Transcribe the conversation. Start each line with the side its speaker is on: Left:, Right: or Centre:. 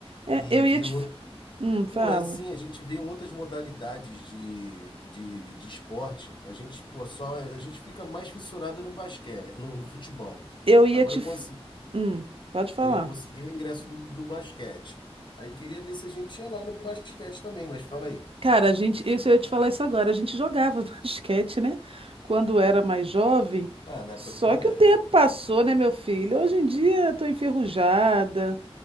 Right: É,
Left: E
Right: eu
Left: ver
Right: ia te.
Left: o-
Right: f- Hum, fala.
Left: Pô, assim, a gente vê outras modalidades de, de, de esporte. A gente, pô, só, a gente fica mais fissurado no basquete, no, no futebol.
Right: Eu ia
Left: Agora
Right: te.
Left: eu,
Right: f-
Left: consi-
Right: Hum, pode falar.
Left: eu, eu consegui o ingresso do, do basquete. Aí queria ver se a gente ia lá no basquete também, mas fala aí.
Right: Cara, a gente. Isso eu ia te falar isso agora. A gente jogava <laughs> basquete, né? Quando era mais jovem.
Left: Ah, na
Right: Só
Left: época do colégio.
Right: que o tempo passou, né, meu filho? Hoje em dia eu tô enferrujada.